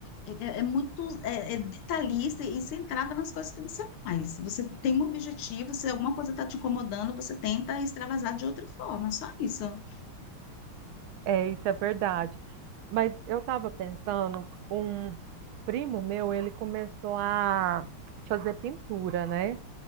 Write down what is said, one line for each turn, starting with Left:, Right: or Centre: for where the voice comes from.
Left: é, é muito é, é detalhista e centrada nas coisas que você faz. Você tem um objetivo, se alguma coisa está te incomodando, você tenta extravasar de outra forma, só isso.
Right: É, isso é verdade. Mas eu estava pensando, um primo meu, ele começou a fazer pintura, né?